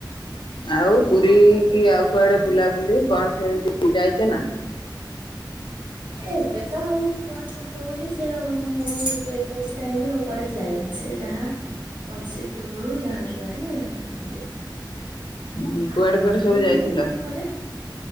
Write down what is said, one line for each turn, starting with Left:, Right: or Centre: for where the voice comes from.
Left: ଆଉ ପୁରୀ କି ଆଉ କୁଆଡେ ବୁଲାବୁଲି କଣ କେମିତି ଯାଇଛ ନା
Right: ଏବେ ତ ଆଉ କୁଆ ଛୋଟ ବୋଲି ସେ ପ୍ରେଗନେନ୍ସି ଟାଇମ ଆଉ କୁଆଡେ ଯାଇନି ସେ ଯାହା କଂସି ପୂର୍ବରୁ ଯାହା ଯୁଆଡେ ବୁଲେ
Left: ହୁଁ କୁଆଡେ
Right: ଆଉ ନହେଲେ
Left: କୁଆଡେ ସବୁ ଯାଇଥିଲ?
Right: ଏଇଠି ପାଖରେ